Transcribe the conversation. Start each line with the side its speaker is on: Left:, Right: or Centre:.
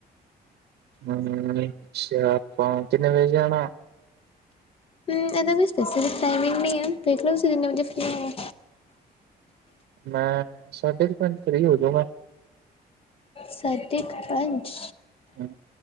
Right: ਹੂੰ ਅਛਾ ਆਪਾਂ ਕਿਨੇ ਵਜੇ ਜਾਣੈ?
Left: ਹੂੰ ਇਦੇ ਵਿਚ ਕੋਈ ਟਾਈਮਿੰਗ ਨੀ ਏ, ਦੇਖਲੋ ਤੁਸੀ ਕਿੰਨੇ ਵਜੇ ਫਰੀ ਹੋਵੋ।
Right: ਮੈਂ ਸਾਢੇ ਕੁ ਪੰਜ ਫ੍ਰੀ ਹੋ ਜਊਗਾ।
Left: ਸਾਢੇ ਕ ਪੰੰਜ,
Right: ਹਾਂ,